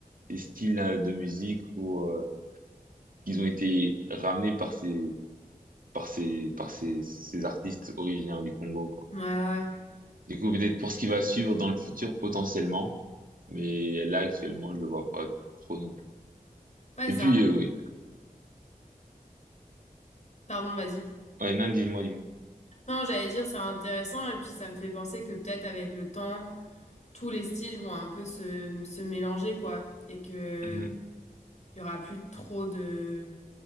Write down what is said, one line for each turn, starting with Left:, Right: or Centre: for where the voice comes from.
Right: les styles euh, de musique ou euh, qu'ils ont été ramenés par ces par ces par ces, ces artistes originaires du Congo quoi.
Left: ouais, ouais. Ouais,
Right: Du coup, peut-être pour ce qui va suivre dans le futur potentiellement, mais là actuellement, je le vois pas trop non plus.
Left: Ouais,
Right: Et
Left: c'est
Right: puis
Left: un...
Right: euh, oui,
Left: Pardon, vas-y.
Right: ouais, non, dis-moi, dis-moi.
Left: Non, j'allais dire, c'est intéressant, et puis ça me fait penser que peut-être avec le temps, tous les styles vont un peu se, se mélanger, quoi, et que
Right: Mhm.
Left: il y aura plus trop de,